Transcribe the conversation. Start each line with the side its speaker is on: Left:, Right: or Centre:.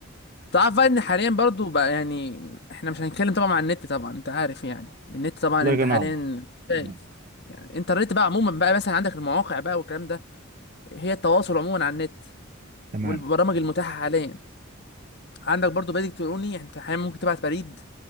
Left: تعرف بقى ان حاليا برضو بقى يعني احنا مش هنتكلم طبعا عن النت طبعا انت عارف يعني النت طبعا
Right: لا
Left: انت
Right: غنى
Left: حاليا
Right: عنه
Left: شايف
Right: تمام
Left: يعني انترنت بقى عموما بقى مثلا عندك المواقع بقى والكلام ده هي التواصل عموما على النت
Right: تمام
Left: والبرامج المتاحة حاليا عندك برضو بريد الكتروني انت حاليا ممكن تبعت بريد